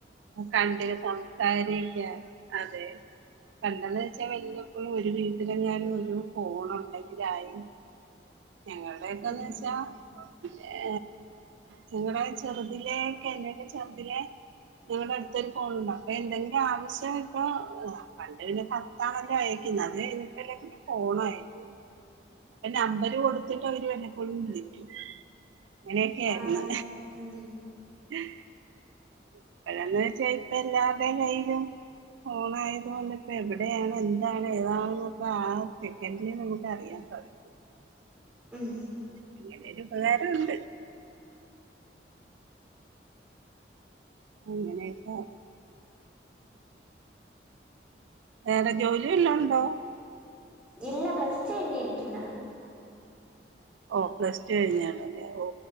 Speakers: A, on the right (about 80°); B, in the centre.
A: കണ്ടി സംസാരിക്കാൻ അതെ പണ്ടെന്ന് വെച്ചാൽ വല്ലപ്പോഴും ഒരു വീട്ടിലെഞാനും ഒരു ഫോണുണ്ടെങ്കിലായ് ഞങ്ങളുടെയക്കെന്ന്
B: ഉം
A: വെച്ചാ ഏ നിങ്ങടെ ചെറുതിലക്കെ എന്തൊക്കെ ചെറുതിലെ ഞങ്ങളുടെ അടുത്തൊരു ഫോണുണ്ടോ അപ്പൊ എന്തെങ്കിലും ആവശ്യം വരുമ്പോ പണ്ട് പിന്നെ കത്താണല്ലോ അയ അത് കഴിഞ്ഞിട്ടല്ലേ ഫോണായത് അപ്പൊ നമ്പര് കൊടുത്തിട്ട് അവര് വപ്പോഴും വിളിക്കു അങ്ങനെയൊക്കെയയിരുന്നു
B: ആണല്ലേ ഉം
A: ഉം <unintelligible> വെച്ച ഇപ്പ എല്ലാരുടെകയ്യിലും ഫോണായത് കൊണ്ട് ഇപ്പ എവിടെയാണ് എന്താണ് ഏതാണെന്നക്ക ആ സെക്കൻഡില് നമുക്ക് അറിയാം. <unintelligible>
B: ഉം
A: അങ്ങനെരുപകാരണ്ട് ങ്ങനക്ക വേറെ ജോലിവല്ലോണ്ടോ
B: ഇല്ല, പ്ലസ് ടു കഴഞ്ഞി ഇരിക്കുന്ന
A: ഓ പ്ലസ് ടു കഴിഞ്ഞാലോല്ലെ ഓ